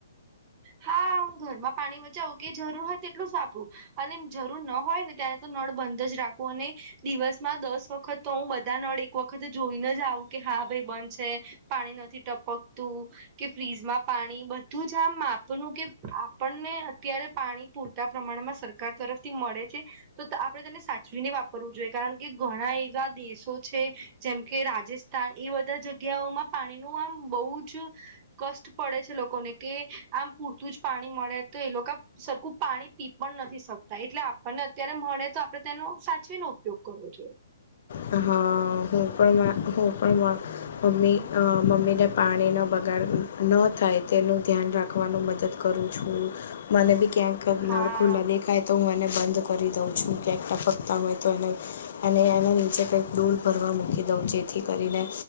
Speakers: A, on the right; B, on the left.
A: હા હું ઘરમાં પાણી બચાવું કે જરૂર હોય તેટલું વાપરું. અને જરૂર ન હોય ને ત્યારે તો નળ બંધ જ રાખુ અને દિવસમાં દસ વખત તો હું બધા નળ એક વખત જોઈને જ આવું કે હા ભાઈ બંધ છે. પાણી નથી ટપકતું કે ફ્રીઝમાં પાણી બધું જ જમપનું કે આપણને અત્યારે પાણી પૂરતા પ્રમાણમાં સરકાર તરફથી મળે છે. તો આપણે તેને સાચવીને વાપરવું જોઈએ કારણ કે ઘણા એવા દેશો છે જેમ કે રાજસ્થ એ બધા જગ્યાઓમાં પાણી નું આમ બહુ જ કષ્ટ પડે છે લોકોને. કે આમ પૂરતું જ પાણી મળે તો એ લોકો સરખું પાણી પી પણ નથી શકતા એટલે આપણને અત્યારે મળે તો આપણે તેનો સાચવીનો ઉપયોગ કરવો જોઈએ.
B: હા હું પણમા હું પણમાં મમ્મી મમ્મીને પાણીનો બગાડ ન થાય તેનું ધ્યાન રાખવાનું મદદ કરું છું મને બી ક્યાંક
A: હા.
B: નળ ખુલ્લા દેખાય તો હું એને બંધ કરી દઉં છું ક્યાંકટા પકતા હોય તો એને અને એના નીચે કંક દોલ ભરવા મૂકી દઉં જેથી કરીને